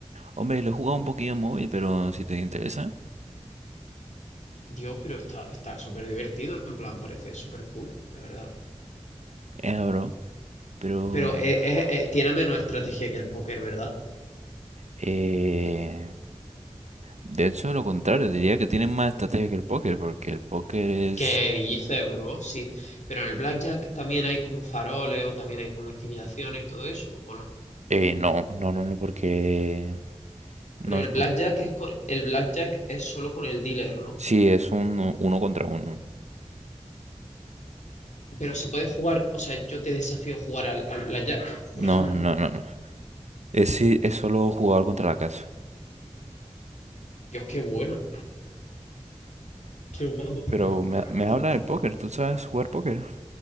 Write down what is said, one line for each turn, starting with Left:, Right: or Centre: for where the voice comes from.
Right: Hombre, lo he jugado un poquillo en móvil, pero si te interesa,
Left: Dios, pero está, está súper divertido, en plan, parece súper cool, la verdad.
Right: es bro. Pero,
Left: Pero es- es- es- tiene menos estrategia que el póker, ¿verdad?
Right: eh, de hecho, lo contrario, diría que tienen más estrategia que el póker, porque el póker es...
Left: Que dice, bro, sí. Pero en el blackjack también hay como faroles o también hay como intimidaciones y todo eso, ¿o no?
Right: Eh, no, no, no, no, porque no
Left: Pero el
Right: es
Left: blackjack
Right: cuestión...
Left: es con, el blackjack es solo con el dealer, ¿no?
Right: Sí, es un uno contra uno.
Left: Pero se puede jugar, o sea, yo te desafío a jugar al, al blackjack, por
Right: No,
Left: ejemplo.
Right: no, no, no. Es, sí, es solo jugador contra la casa.
Left: Dios, qué bueno. Qué guapo.
Right: Pero me, me habla
Left: Pu-
Right: del póker, ¿tú sabes jugar póker?